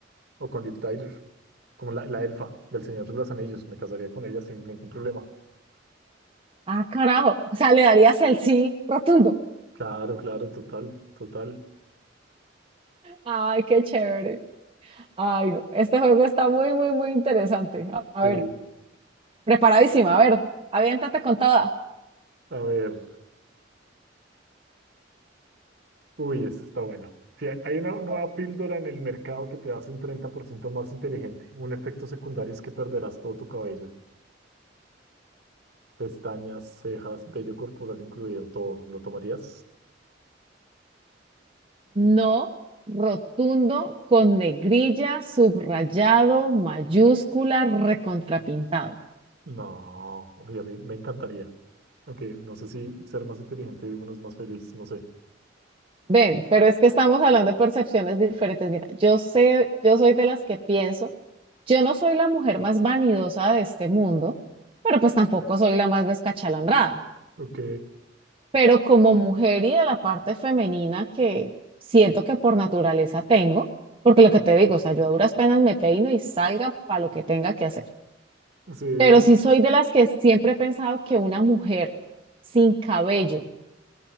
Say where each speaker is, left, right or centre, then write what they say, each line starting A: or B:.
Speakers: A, on the right; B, on the right.
A: o con Liv Tyler, como la, la elfa del Señor de los Anillos. Me casaría con ella sin ningún problema.
B: Ah, carajo. O sea, le darías el sí rotundo.
A: Claro, claro, total, total.
B: Ay, qué chévere. Ay, no. Este juego está muy, muy, muy interesante. A, a
A: Sí,
B: ver, preparadísima. A ver, aviéntate con toda.
A: a ver, uy, esta está buena. Si hay una nueva
B: A ver.
A: píldora en el mercado que te hace un 30% más inteligente. Un efecto secundario es que perderás todo tu cabello, pestañas, cejas, vello corporal incluido, todo. ¿Lo tomarías?
B: No, rotundo, con negrilla, subrayado, mayúscula, recontrapintado.
A: No, oye, a mí me encantaría. Ok, no sé si ser más inteligente uno es más feliz, no sé.
B: Ven, pero es que estamos hablando de percepciones diferentes. Mira, yo sé, yo soy de las que pienso, yo no soy la mujer más vanidosa de este mundo, pero pues tampoco soy la más descachalandrada.
A: Ok,
B: pero como mujer y de la parte femenina que siento que por naturaleza tengo, porque lo que te digo, o sea, yo a duras penas me peino y salga para lo que tenga que hacer.
A: sí,
B: Pero sí soy de las que siempre he pensado que una mujer sin cabello